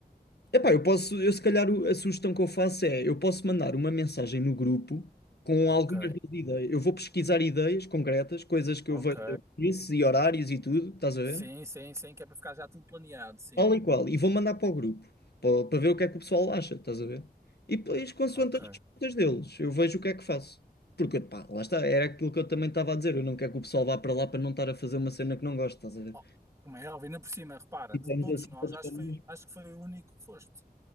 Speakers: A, on the left (about 85°); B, on the right (about 20°).
A: Epá, eu posso. Eu se calhar o- a sugestão que eu faço é: eu posso mandar uma mensagem no grupo com
B: Ok,
A: algumas das ideias. Eu vou pesquisar ideias concretas, coisas que
B: ok.
A: eu vejo isso e horários e tudo, estás a ver?
B: Sim, sim, sim, que é para ficar já tudo planeado, sim.
A: Tal e qual. E vou mandar para o grupo, para, para ver o que é que o pessoal acha, estás a ver? E depois, consoante
B: Ok.
A: as respostas deles, eu vejo o que é que faço. Porque, pá, lá está, era aquilo que eu também estava a dizer. Eu não quero que o pessoal vá para lá para não estar a fazer uma cena que não gosto, estás a ver?
B: Oh, como é óbvio, ainda por cima, repara,
A: Tivemos
B: de todos
A: assim
B: nós,
A: todos
B: acho
A: como.
B: que foi, acho que foi o único que foste.